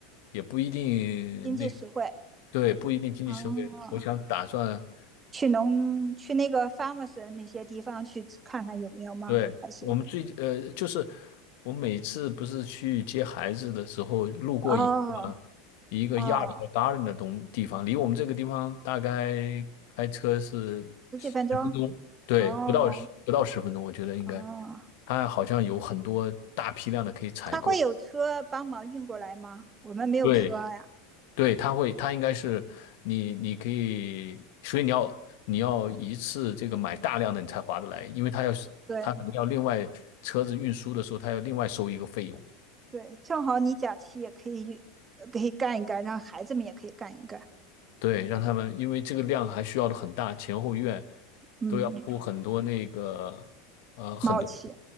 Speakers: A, on the left; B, on the right.
A: 也不一定那，
B: 经济实惠。
A: 对，不一定经济实惠。
B: 哦，
A: 我想打算。
B: 去农去那个 farmers 那些地方去看看有没有吗？
A: 对，
B: 还是
A: 我们最呃，就是我每次不是去接孩子的时候，路过一个一个亚
B: 哦哦，
A: a r d 和达 a 的东地方，离我们这个地方大概开车是十分钟，
B: 十几分钟
A: 对，
B: 哦
A: 不到十不到十分钟，我觉得应该，
B: 哦，
A: 它好像有很多大批量的可以采购，
B: 他会有车帮忙运过来吗？我们没有车呀。
A: 对，对，它会，它应该是你，你可以，所以你要你要一次这个买大量的，你才划得来，因为它要是它可能要另外车子运输的时候，
B: 对
A: 它要另外收一个费用，
B: 对，正好你假期也可以呃可以干一干，让孩子们也可以干一干。
A: 对，让他们因为这个量还需要的很大，前后院
B: 嗯，
A: 都要铺很多那个呃很多
B: 蛮好奇